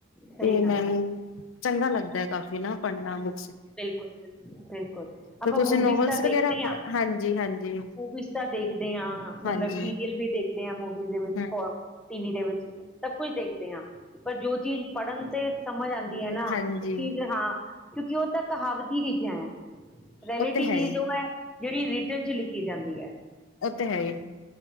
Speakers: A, in the centre; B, on the left.
A: ਸਹੀ
B: ਤੇ
A: ਗੱਲ
B: ਮੈਂ
A: ਹੈ
B: ਚੰਗਾ ਲੱਗਦਾ ਹੈ ਕਾਫੀ ਨਾ ਪੜ੍ਹਨਾ ਬੁ
A: ਬਿਲਕੁਲ-ਬਿਲਕੁਲ, ਬਿਲਕੁਲ
B: ਤੇ
A: ਆਪਾਂ
B: ਤੁਸੀਂ
A: ਮੂਵੀਜ਼
B: ਨੋਵਲਸ
A: ਤਾਂ ਦੇਖਦੇ
B: ਵਗੈਰਾ
A: ਹਾਂ,
B: ਹਾਂਜੀ ਹਾਂਜੀ
A: ਮੂਵੀਜ਼ ਤਾਂ ਦੇਖ ਦੇਂ ਹਾਂ ਮਤਲਬ
B: ਹਾਂਜੀ
A: ਸੀਰੀਅਲ ਵੀ ਦੇਖਦੇ ਹਾਂ ਮੂਵੀ ਹੋਆ
B: ਹਮ
A: ਟੀਵੀ ਦੇ ਵਿੱਚ, ਸਭ ਕੁਝ ਦੇਖਦੇ ਆ ਪਰ ਜੋ ਚੀਜ਼ ਪੜ੍ਹਨ ਤੇ ਸਮਝ ਆਂਦੀ ਐ ਨਾ
B: ਹਾਂਜੀ
A: ਉਹ ਚੀਜ਼ ਹਾਂ। ਕਿਉਂਕਿ ਉਹ ਤਦ ਕਹਾਵਤੀ ਚੀਜ਼ਾਂ ਰੈਲੀਟੀ
B: ਉਹ ਤੇ ਹੈ
A: ਚੀਜ਼
B: ਹੀ
A: ਉਹ ਐ ਜਿਹੜੀ ਰਿਟਰਨ ਚ ਲਿਖੀ ਜਾਂਦੀ ਐ।
B: ਓ ਤੇ ਹੈ ਹੀ